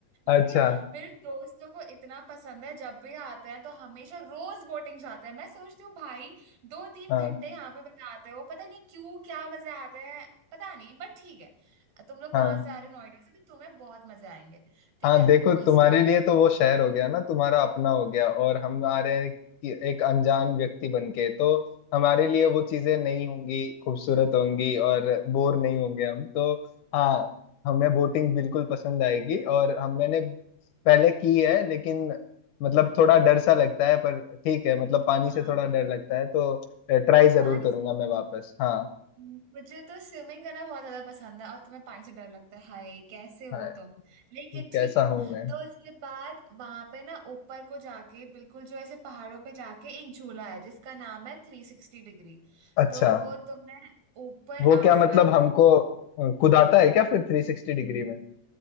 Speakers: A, on the left; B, on the right.
A: अच्छा
B: लेकिन मेरे दोस्तों को इतना पसंद है जब भी आते हैं तो हमेशा रोज बोटिंग जाते हैं मैं सोचती हूँ भाई दो तीन
A: हाँ
B: घंटे यहाँ पे बिताते हो पता नहीं क्यों क्या मजे आते हैं पता नहीं बट ठीक है तुम लोग
A: हाँ
B: वहां से आ रहे हो नोएडा से तो तुम्हें बहुत मजे आएंगे ठीक
A: हाँ
B: है
A: देखो तुम्हारे
B: उसके
A: लिए तो वो शहर हो गया ना तुम्हारा अपना हो गया और हम आ रहे हैं कि एक अनजान व्यक्ति बन के तो हमारे लिए वो चीजें नहीं होंगी खूबसूरत होंगी और बोर नहीं होंगे हम तो हाँ हमें बोटिंग बिल्कुल पसंद आएगी और हम मैंने पहले की है लेकिन मतलब थोड़ा डर सा लगता है पर ठीक है मतलब पानी
B: हाँ
A: से थोड़ा डर
B: हाँ
A: लगता है तो ट्राई जरूर
B: पानी
A: करूंगा
B: से
A: मैं वापस हाँ
B: मुझे तो स्विमिंग करना बहुत ज्यादा पसंद है और तुम्हें पानी से डर लगता है हाय कैसे हो
A: हाँ
B: तुम लेकिन
A: कैसा
B: ठीक है
A: हूँ मैं
B: तो इसके बाद वहां पे ना ऊपर को जाके बिल्कुल जो ऐसे पहाड़ों पे जाके एक झूला है जिसका नाम है थ्री सिक्सटी डिग्री
A: अच्छा
B: तो वो तुम्हें ऊपर
A: वो क्या
B: आसमान
A: मतलब
B: में
A: हमको अ, कुदाता है क्या फिर थ्री सिक्सटी डिग्री में